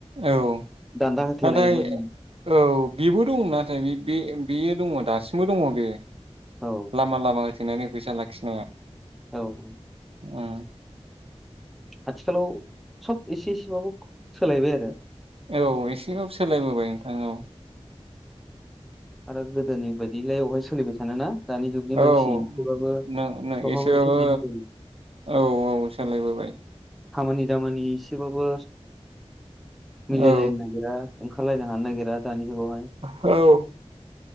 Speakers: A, on the right (about 55°); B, in the centre.
A: औ
B: दान्दा होथेलायोमोन
A: नाथाय
B: जों
A: औ बेबो दं नाथाय बेयो दङ दासिमबो दङ बे
B: औ
A: लामा लामा सोनानै फैसा लाखिनाया
B: औ औ
A: उम
B: आथिखालाव सब एसे एसेबाबो सोलायबाय आरो
A: औ एसेबाबो सोलायबोबाय नोंथां औ
B: आरो गोदोनि बायदिलाय बेवहाय सोलिबाय थानोना दानि जुगनि
A: औ
B: मानसि सबाबो
A: नों नों एसेबाबो
B: एसे बिजि जायो
A: औ औ सोलायबोबाय
B: खामानि दामानि एसेबाबो मिलायलायनो
A: औ
B: नागिरा। ओंखारलायनो हानो नागिरा। दानि जुगावहाय
A: औ।